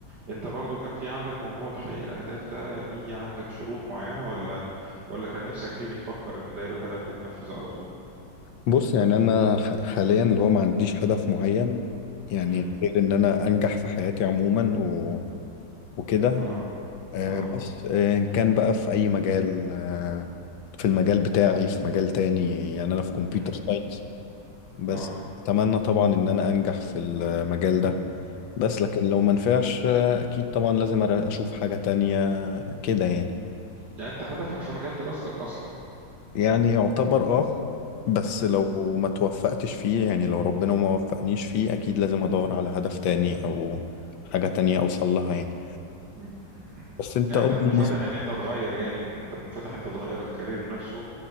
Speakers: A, on the right (about 60°); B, on the left (about 80°).
A: انت برضو كان في عندك موضوع تحقيق الاهداف ده ليه عندك شروط معينة ولا ولا كان نفسك فيه بتفكر ان ده يبقى هدف وتنفذ على طول
B: بص يعني انا ح- حاليا اللي هو ما عنديش هدف معين يعني
A: امم
B: غير ان انا انجح في حياتي عموما و... وكده
A: اه
B: آه،
A: اه
B: بس آه، ان كان بقى في اي مجال آه، في المجال بتاعي في مجال تاني يعني انا في كمبيوتر
A: امم
B: ساينس بس
A: اه
B: اتمنى طبعا ان انا انجح في المجال ده بس لكن لو ما نفعش آه، اكيد طبعا لازم أر- اشوف حاجة تانية كده يعني
A: يعني انت هدفك في مجال دراستك اصلا
B: يعني يعتبر اه بس لو ما توفقتش فيه يعني لو ربنا ما وفقنيش فيه اكيد لازم ادور على هدف تاني او حاجة تانية اوصل لها يعني
A: م-
B: بس انت
A: يعني
B: قول
A: انت منفتح
B: لي مثلا
A: ان انت تغير يعني انت منفتح ان انت تغير الكارير بنفسه